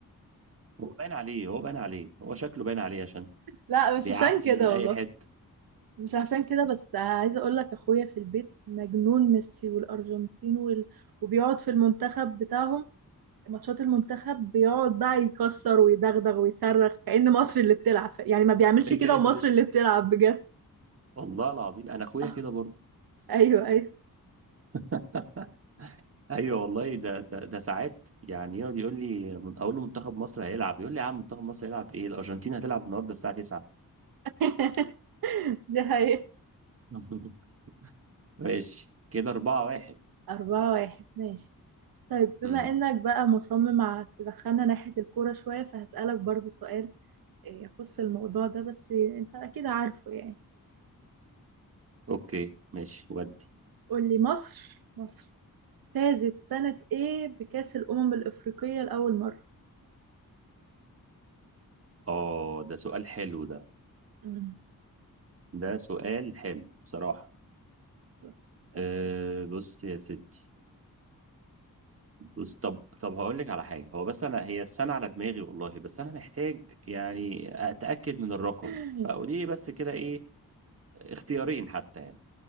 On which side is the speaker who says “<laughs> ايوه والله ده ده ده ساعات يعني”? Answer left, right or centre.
Right